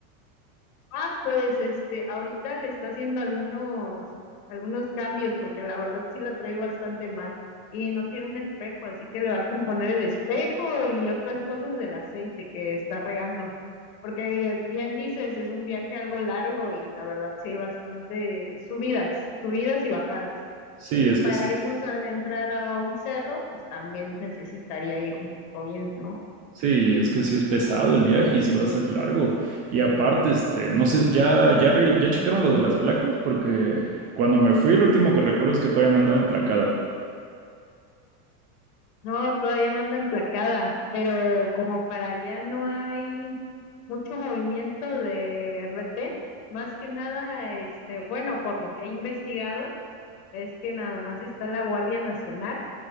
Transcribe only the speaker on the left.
Ah, pues este, ahorita le está haciendo algunos, algunos cambios, porque la verdad sí la trae bastante mal. Y no tiene un espejo, así que le va a componer el espejo y otras cosas del aceite que está regando. Porque bien dices, es un viaje algo largo y la verdad sí hay bastante subidas, subidas y bajadas.
Y
para
irnos a adentrar a un cerro, pues también necesitaría ir un poco bien, ¿no?
No, todavía no anda emplacada, pero como para allá no hay mucho movimiento de retén. Más que nada, este, bueno, por lo que he investigado, es que nada más está la Guardia Nacional